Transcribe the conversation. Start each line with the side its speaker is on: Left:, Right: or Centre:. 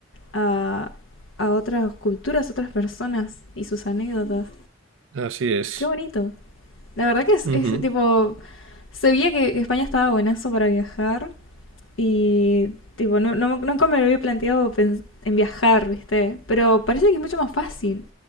Left: a, a otras culturas, otras personas y sus anécdotas.
Right: así es.
Left: Qué bonito. La verdad que es,
Right: Ujú.
Left: es, tipo, se veía que España estaba buenazo para viajar y tipo, no, no, nunca me lo había planteado en viajar, ¿viste? Pero parece que es mucho más fácil